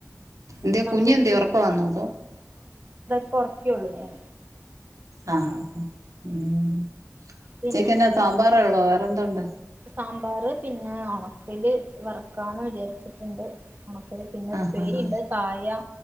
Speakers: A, on the right (about 80°); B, on the right (about 35°).
A: എന്തിയെ കുഞ്ഞേന്തേ
B: അപ്പഴത്തേക്ക്
A: ഉറക്കം ആണോ അതോ
B: ഇപ്പൊ ഒറക്കിയുള്ളു ഞാൻ
A: ആ ഉച്ചക്കന്നെ
B: പിന്നെ
A: സാമ്പാറേ ഉള്ളോ വേ വേറെന്തോ ഉണ്ട്
B: സാമ്പാറ് പിന്നെ ഒണക്കില് വറക്കാന്ന് വിചാരിച്ചിട്ടിണ്ട് ഒണ പിന്നെ
A: ആഹ്
B: ഉപ്പേരിണ്ട്
A: ആഹ് ആഹ്
B: കായ